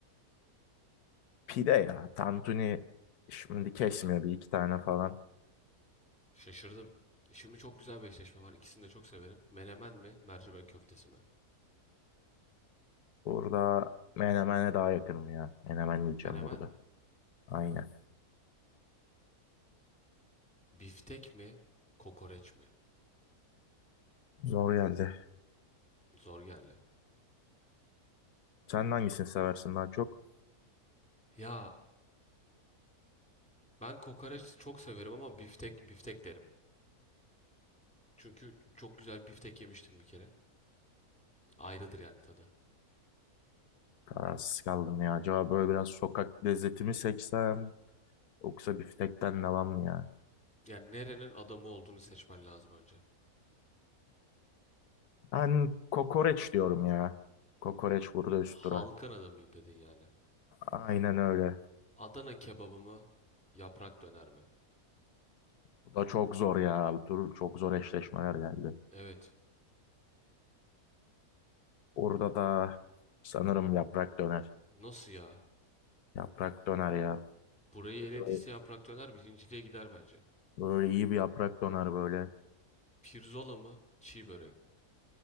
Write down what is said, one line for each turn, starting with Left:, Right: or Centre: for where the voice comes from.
Left: Pide ya. Tantuni şimdi kesmiyor bir iki tane falan.
Centre: Şaşırdım. Şimdi çok güzel bir eşleşme var. İkisini de çok severim. Menemen mi? Mercimek köftesi mi?
Left: Burada menemene daha yakınım ya. Menemen diyeceğim
Centre: Menemen
Left: burada.
Centre: mi?
Left: Aynen.
Centre: Biftek mi? Kokoreç mi?
Left: Zor geldi.
Centre: Zor geldi.
Left: Sen hangisini seversin daha çok?
Centre: Ya ben kokoreç çok severim ama biftek biftek derim. Çünkü çok güzel biftek yemiştim bir kere. Ayrıdır yani tadı.
Left: Kararsız kaldım ya. Acaba böyle biraz sokak lezzeti mi seçsem? Yoksa biftekten devam mı ya?
Centre: Yani nerenin adamı olduğunu seçmen lazım önce.
Left: Ben kokoreç diyorum ya. Kokoreç burada üst
Centre: Halkın
Left: dura.
Centre: adamıyım dedin yani.
Left: Aynen öyle.
Centre: Adana kebabı mı? Yaprak döner mi?
Left: Bu da çok zor ya. Bu tur çok zor eşleşmeler geldi.
Centre: Evet.
Left: Orada da sanırım yaprak döner.
Centre: Nasıl ya?
Left: Yaprak döner ya.
Centre: Burayı elediyse
Left: Böyle
Centre: yaprak döner birinciliğe gider bence.
Left: böyle iyi bir yaprak döner böyle.
Centre: Pirzola mı? Çiğ börek mi?